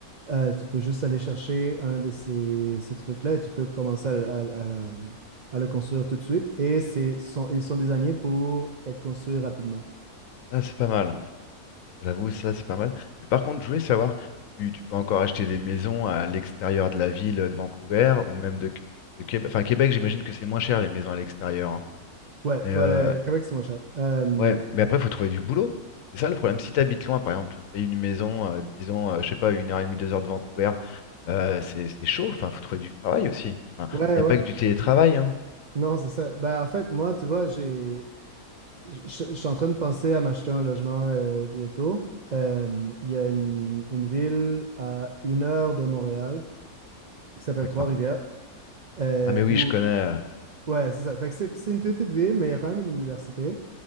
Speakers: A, on the right; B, on the left.
A: euh, tu peux juste aller chercher un de ces, ces trucs-là et tu peux commencer à, à- à- à le construire tout de suite. Et c'est, sont, ils sont désignés pour être construits rapidement.
B: Ah, c'est pas mal. J'avoue, ça, c'est pas mal. Mais par contre, je voulais savoir, tu, tu peux encore acheter des maisons à l'extérieur de la ville de Vancouver ou même de, de Québec. Enfin, Québec, j'imagine que c'est moins cher les maisons à l'extérieur. hein.
A: Ouais,
B: Mais
A: ouais,
B: euh,
A: le Québec, c'est moins cher. Euh,
B: Ouais, mais après, il faut trouver du boulot. C'est ça le problème. Si tu habites loin, par exemple, tu te payes une maison, euh, disons, euh, je sais pas, une heure et demie, deux heures de Vancouver, euh, c'est c'est chaud. Enfin, faut trouver du travail aussi. Enfin,
A: ouais,
B: il n'y
A: ouais.
B: a pas que du télétravail, hein.
A: Non, c'est ça. Ben, en fait, moi, tu vois, j'ai, je je- je suis en train de penser à m'acheter un logement euh, bientôt. Euh, Il y a une, une ville à une heure de Montréal qui s'appelle
B: D'accord.
A: Trois-Rivières, euh,
B: Ah, mais oui,
A: où,
B: je connais. euh,
A: ouais, c'est ça. Fait que c'est c'est une petite ville, mais il y a quand même une université.